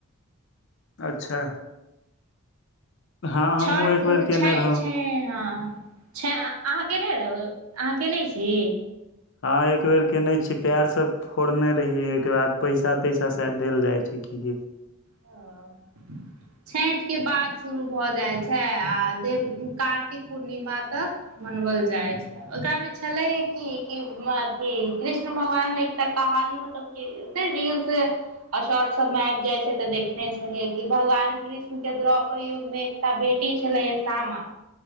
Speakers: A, on the left (about 55°); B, on the right (about 75°).
A: अच्छा हँ हमहुँ
B: छठ
A: एक बेर केने
B: छै
A: रहौ
B: छै हँ छै आ अहाँ के नै रहो, अहाँ केने छी?
A: हां एकबेर कैने छीयै, पैर सब फोड़ने रहियै ओय के बाद पैसा-तैसा शायद देल जाय छै कि
B: हां।
A: <inaudible>
B: छैठ के बाद शुरू भ जाइ छै आ दे कार्तिक पूर्णिमा तक मनबल जाय छै। ओकरा में छले यै की की म अथी कृष्ण भगवान में एकटा कहानी मतलब की नै रील्स और शॉर्ट सब में आएब जाइ छै। से तै देखने छलियै कि भगवान कृष्ण के द्रौपर युग में एकटा बेटी छले यै सामा